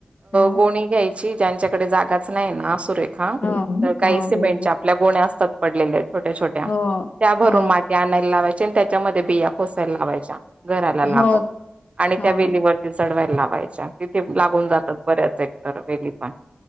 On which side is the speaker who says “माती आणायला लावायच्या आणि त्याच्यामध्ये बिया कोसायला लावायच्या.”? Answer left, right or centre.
Right